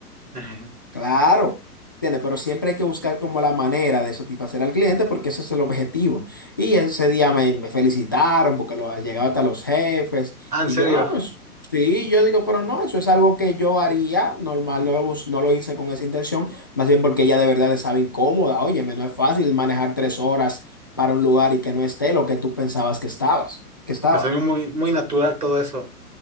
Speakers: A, on the right; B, on the left.
A: <laughs>
B: Claro, ¿entiendes? Pero siempre hay que buscar como la manera de satisfacer al cliente porque ese es el objetivo. Y ese día me, me felicitaron porque lo, llegaba hasta los jefes
A: Ah, en
B: y
A: serio,
B: yo no, pues sí, yo digo, pero no, eso es algo que yo haría normal, no lo, bus- no lo hice con esa intención, más bien porque ella de verdad estaba incómoda. Óyeme, no es fácil manejar tres horas para un lugar y que no esté lo que tú pensabas que estabas, que estaba.
A: te salió muy, muy natural todo eso.